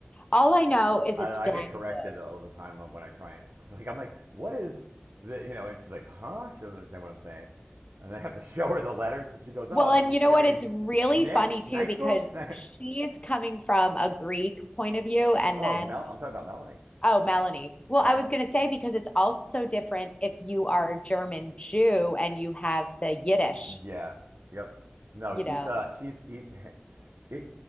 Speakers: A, on the left; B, on the right.
A: All I know is
B: I
A: it's
B: don't. know,
A: dang
B: I get corrected
A: good.
B: all the time when I try and <laughs> like. I'm like, what is the? You know, and she's like, huh? She doesn't understand what I'm saying, and I have to <laughs> show her the letters, and she goes,
A: Well,
B: oh, no,
A: and
B: you
A: you know
B: you
A: what?
B: mean
A: It's really
B: Schnitt,
A: funny
B: Schnitzel?
A: too because
B: <laughs>
A: she's coming from a Greek point of view. And
B: No,
A: then,
B: Mel. I'm talking about Melanie,
A: oh, Melanie. Well,
B: right?
A: I was going to say because it's also different if you are German Jew and you have the Yiddish,
B: Yeah. Yep. No,
A: you
B: she's
A: know?
B: uh, she's e- <laughs> ik,